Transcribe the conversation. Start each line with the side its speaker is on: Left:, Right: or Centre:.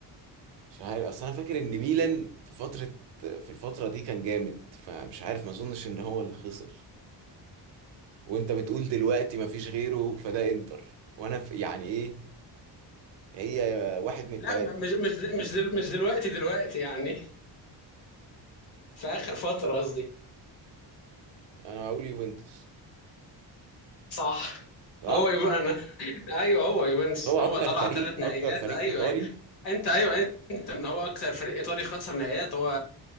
Right: مش عارف اصل انا فاكر ان ميلان في فترة في الفترة دي كان جامد فمش عارف ما اظنش ان هو اللي خسر وانت بتقول دلوقتي ما فيش غيره فده انتر وانا ف... يعني ايه هي واحد من الثلاثه
Left: لا م- مش مش مش دل... مش دلوقتي دلوقتي يعني في اخر فتره قصدي
Right: انا هقول يوفنتوس
Left: صح
Right: صح
Left: هو يبقى انا <laughs> ايوه هو يوفنتوس
Right: هو
Left: هو
Right: اكتر
Left: طلع
Right: فريق
Left: ثلاث نهائيات
Right: اكتر فريق
Left: ايوه
Right: ايطالي
Left: ايوه انت ايوه انت ان هو اكثر فريق ايطالي خسر نهائيات هو